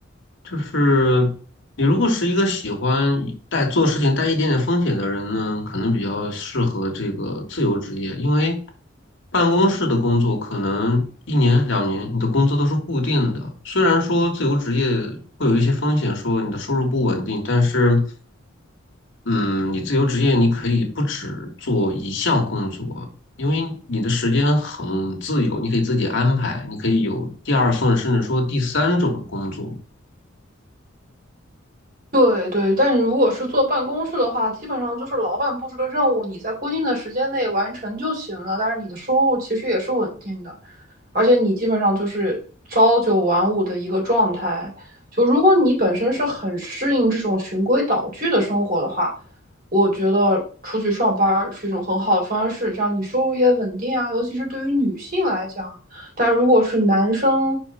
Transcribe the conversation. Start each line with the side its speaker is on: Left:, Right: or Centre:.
Left: 就是你如果是一个喜欢带做事情带一点点风险的人呢，可能比较适合这个自由职业，因为办公室的工作可能一年两年你的工资都是固定的，虽然说自由职业会有一些风险，说你的收入不稳定，但是。嗯，你自由职业，你可以不只做一项工作，因为你的时间很自由，你可以自己安排，你可以有第二份，甚至说第三种工作。
Right: 对对，但是如果是做办公室的话，基本上就是老板布置的任务，你在规定的时间内完成就行了，但是你的收入其实也是稳定的。而且你基本上就是朝九晚五的一个状态。就如果你本身是很适应这种循规蹈矩的生活的话，我觉得出去上班是一种很好的方式，这样你收入也稳定啊。尤其是对于女性来讲，但如果是男生，